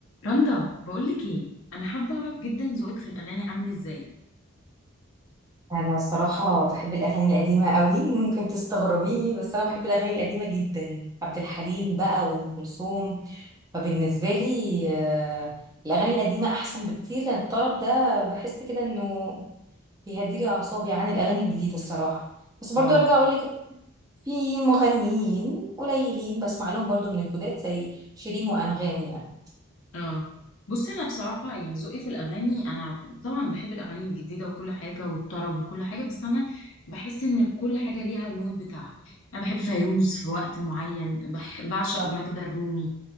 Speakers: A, on the left; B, on the right.
A: رندا بقولك ايه انا حابه اعرف جدا ذوقك في الاغاني عامل ازاي
B: انا الصراحه بحب الاغاني القديمه قوي ممكن تستغربيني بس انا بحب الاغاني القديمه جدا عبد الحليم بقى وام كلثوم فبالنسبه لي آه، الاغاني القديمه احسن بكتير يعني الطرب ده بحس كده انه بيهديلي اعصابي عن الاغاني الجديده الصراحه بس برضو
A: واو
B: ارجع اقول لك في مغنيين قليلين بسمع لهم برضو من الجداد زي شيرين وانغام يعني
A: اه بصي انا بصراحه يعني ذوقي في الاغاني انا طبعا بحب الاغاني الجديده وكل حاجه والطرب وكل حاجه بس انا بحس ان كل حاجه ليها المود بتاعها انا بحب فيروز في وقت معين بح... بعشق
B: صح.
A: ماجدة الرومي